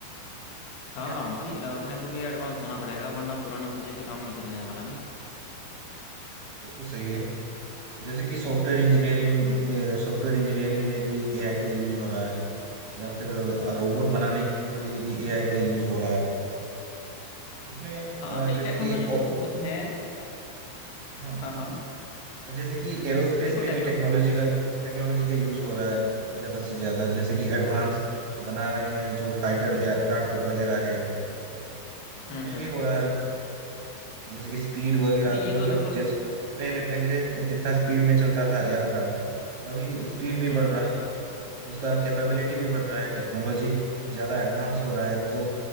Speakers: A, on the left; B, on the right.
A: हाँ
B: क्या कह रहे
A: भाई
B: हैं
A: अपने को भी एडवांस होना पड़ेगा वरना पुरानी चीज़ें से काम नहीं चलने वाला ना
B: वो तो सही है जैसे कि सॉफ्टवेयर इंजीनियरिंग सॉफ्टवेयर इंजीनियरिंग में भी एआई का यूज हो रहा है या फिर रोबोट बनाने के लिए भी एआई का यूज हो रहा है उसमें
A: हाँ
B: अ,
A: नहीं
B: जैसे
A: टेक्नोलॉजी
B: कि ओ,
A: तो बहुत है
B: हाँ
A: हाँ हाँ
B: जैसे कि एरोस्पेस
A: देखो
B: में
A: टेक्नो
B: भी टेक्नोलॉजी का टेक्नोलॉजी का यूज हो रहा है ज्यादा से ज्यादा जैसे कि एडवांस बना रहे हैं जो फाइटर एयरक्राफ्ट वगैरह है
A: हम्म
B: उसमें
A: हम्म
B: भी हो रहा है जैसे कि स्पीड वगैरह
A: नहीं ये
B: मतलब
A: तो देखो
B: जैसे पहले पहले जितना स्पीड में चलता था एयरक्राफ्ट अभी स्पीड भी
A: हम्म
B: बढ़ रहा है उसका कैपेबिलिटी भी बढ़ रहा है टेक्नोलॉजी ज्यादा एडवांस हो रहा है तो